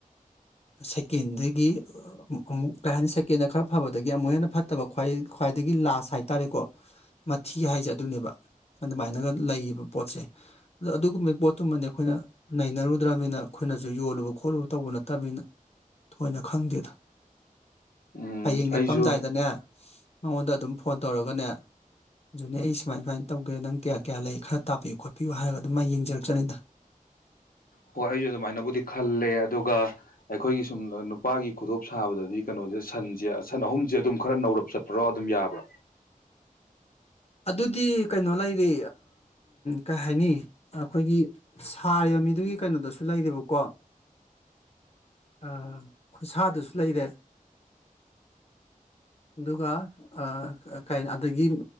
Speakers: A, on the left; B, on the left.
A: ꯁꯦꯟꯀꯦꯟꯗꯒꯤ ꯑꯃꯨꯛ ꯀꯩ ꯍꯥꯏꯅꯤ ꯁꯦꯀꯦꯟꯗ ꯈꯔ ꯐꯕꯗꯒꯤ ꯑꯃꯨꯛ ꯍꯦꯟꯅ ꯐꯠꯇꯕ꯭ꯋꯥꯏ ꯈ꯭ꯋꯥꯏꯗꯒꯤ ꯂꯥꯁ ꯍꯥꯏꯇꯥꯔꯦꯀꯣ ꯃꯊꯤ ꯍꯥꯏꯁꯦ ꯑꯗꯨꯅꯦꯕ ꯑꯗꯨꯃꯥꯏꯅꯒ ꯂꯩꯌꯦꯕ ꯄꯣꯠꯁꯦ ꯑꯗ ꯑꯗꯨꯒꯨꯝꯕꯒꯤ ꯄꯣꯠꯇꯨꯃꯅꯦ ꯑꯩꯈꯣꯏꯅ ꯅꯩꯅꯔꯨꯗ꯭ꯔꯅꯤꯅ ꯑꯩꯈꯣꯏꯅꯁꯨ ꯌꯣꯜꯂꯨꯕ ꯇꯧꯕ ꯅꯠꯇꯕꯅꯤꯅ ꯊꯣꯏꯅ ꯈꯪꯗꯦꯗ
B: ꯎꯝ
A: ꯍꯌꯦꯡ
B: ꯑꯩꯁꯨ
A: ꯂꯦꯞꯄꯝꯗꯥꯏꯗꯅꯦ ꯃꯉꯣꯟꯗ ꯑꯗꯨꯝ ꯐꯣꯟ ꯇꯧꯔꯒꯅꯦ ꯅꯦꯅꯦ ꯑꯩ ꯁꯨꯃꯥꯏ ꯁꯨꯃꯥꯏꯅ ꯇꯧꯒꯦ ꯅꯪ ꯀꯌꯥ ꯀꯌꯥ ꯂꯩ ꯈꯔ ꯇꯥꯕꯤꯌꯨ ꯈꯣꯠꯄꯤꯌꯨ ꯍꯥꯏꯔꯒ ꯑꯗꯨꯝꯥꯏꯅ ꯌꯦꯡꯖꯔꯛꯆꯅꯤꯗ
B: ꯑꯣ ꯑꯩꯁꯨ ꯑꯗꯨꯃꯥꯏꯅꯕꯨꯗꯤ ꯈꯜꯂꯦ ꯑꯗꯨꯒ ꯑꯩꯈꯣꯏꯒꯤ ꯁꯨꯝ ꯅꯨꯄꯥꯒꯤ ꯈꯨꯗꯣꯞ ꯁꯥꯕꯗꯗꯤ ꯀꯩꯅꯣꯁꯦ ꯁꯟꯁꯦ ꯁꯟ ꯑꯍꯨꯝꯁꯦ ꯑꯗꯨꯝ ꯈꯔ ꯅꯧꯔꯞ ꯆꯠꯄ꯭ꯔꯣ ꯑꯗꯨꯝ ꯌꯥꯕ꯭ꯔꯣ
A: ꯑꯗꯨꯗꯤ ꯀꯩꯅꯣ ꯂꯩꯔꯦ ꯀꯩ ꯍꯥꯏꯅꯤ ꯑꯩꯈꯣꯏꯒꯤ ꯁꯥꯔꯤꯕ ꯃꯤꯗꯨꯒꯤ ꯀꯩꯅꯣꯗꯁꯨ ꯂꯩꯔꯦꯕꯀꯣ ꯑꯥ ꯈꯨꯠꯁꯥꯗꯁꯨ ꯂꯩꯔꯦ ꯑꯗꯨꯒ ꯑꯥ ꯑꯗꯒꯤ